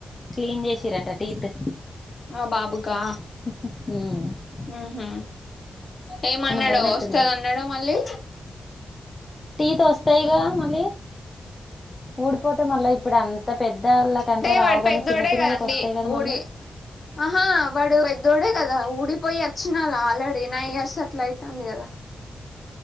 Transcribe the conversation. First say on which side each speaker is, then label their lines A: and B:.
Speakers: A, on the left; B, on the left.
A: క్లీన్ జీషింరంట టీతూ.
B: ఆ బాబుకా.
A: హు హు ఊ.
B: ఉహు ఏమన్నాడో
A: పోయినట్టుంది
B: ఓస్తదన్నాదో మళ్ళీ.
A: టీత్ ఓస్తాయిగా మళ్ళీ ఊడిపోతే మళ్ళీ ఇప్పుడు అంత పెద్దళ్ళ. కంటే
B: అంటే
A: రావుగాని
B: వాడు పెద్దోడే
A: చిన్నపిల్లలకు
B: కదండి
A: వస్తాయి కదా
B: ఊడి.
A: మళ్ళా
B: అహా వాడు పెద్దోడె దా ఊడిపోయ్యె చ్చినల్ల ఆల్రెడీ నైన్ ఇయర్స్ అట్ల అయితాంది గదా